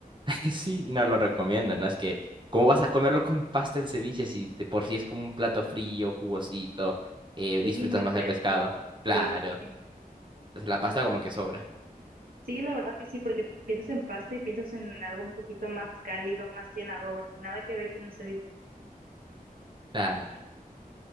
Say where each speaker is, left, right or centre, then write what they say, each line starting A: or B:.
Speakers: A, on the right (about 30°); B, on the right (about 65°).
A: <laughs> sí, no lo recomiendo, ¿no? Es que ¿Cómo vas a comerlo con pasta el ceviche si de por sí es como un plato frío, jugosito, eh,
B: Sí,
A: disfrutas
B: muy
A: más
B: fresco.
A: del pescado? Claro,
B: Sí, sí, sí.
A: entonces la
B: No.
A: pasta como que sobra.
B: Sí, la verdad que sí, porque piensas en pasta y piensas en algo un poquito más cálido, más llenador, nada que ver con un ceviche.
A: Claro.